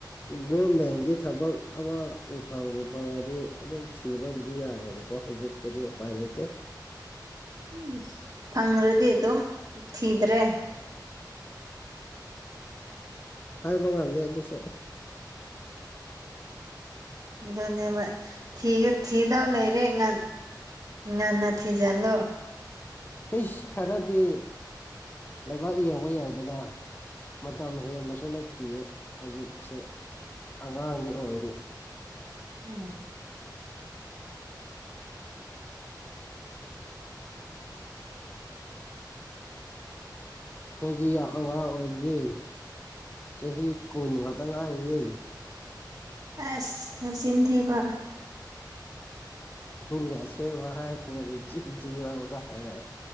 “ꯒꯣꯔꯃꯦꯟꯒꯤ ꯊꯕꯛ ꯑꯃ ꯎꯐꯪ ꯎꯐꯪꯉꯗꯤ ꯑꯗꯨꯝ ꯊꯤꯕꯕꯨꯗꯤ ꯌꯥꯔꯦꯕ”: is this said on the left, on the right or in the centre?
Left